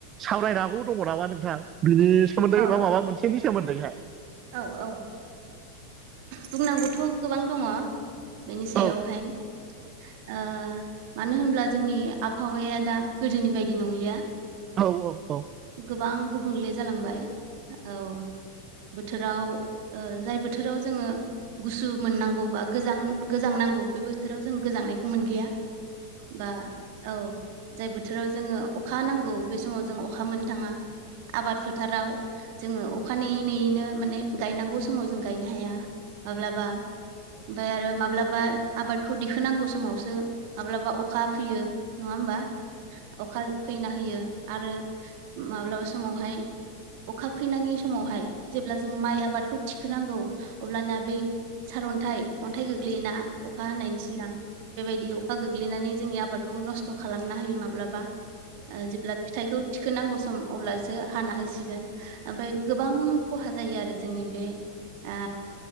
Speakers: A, on the right; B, on the right.
A: सावरायनांगौ दङ नामा नोंथां बिनि सोमोन्दै
B: नोंथां औ
A: एबा माबा मोनसेनि सोमोन्दैहाय।
B: औ औ बुंनांगौथ' गोबां दङ। बेनि सायावहाय
A: औ नोंथां औ
B: ओ मानो होनब्ला जोंनि आबहावाया दा गोदोनि बायदि नंलिया
A: औ औ औ
B: गोबां गुबुंले जालांबाय औ। बोथोराव ओ जाय बोथोराव जोङो गुसु मोननांगौ बा गोजां गोजां नांगौ बे बोथोराव जों गोजांनायखौ मोनलिया बा औ जाय बोथोराव जोङो अखा नांगौ बे समाव जों अ अखा मोननो थाङा आबाद फो थाराव जोङो अखा नेयै नेयैनो माने गायनांगौ समाव जों गायनो हाया। माब्लाबा ओमफाय आरो माब्लाबा आबादखौ दिहुननांगौ समावसो माब्लाबा अखा फैयो नङा होमबा अखा फैना होयो आरो माब्लाबा समावहाय अखा फैनाङि समावहाय जेब्ला जोङो माइ आबादखौ थिखोनांगौ अब्लाना बै सारअन्थाइ अन्थाइ गोग्लैयोना अखा हानायनि सिगां बेबायदि अखा गोग्लैनानै जोंनि आबादखौ नस्थ' खालामना होयो माब्लाबा। ओ जेब्ला फिथाइखौ थिखोनांगौ सम अब्लासो हाना होसिगोन। ओमफाय गोबां खहा जायो आरो जोंनि बे ओ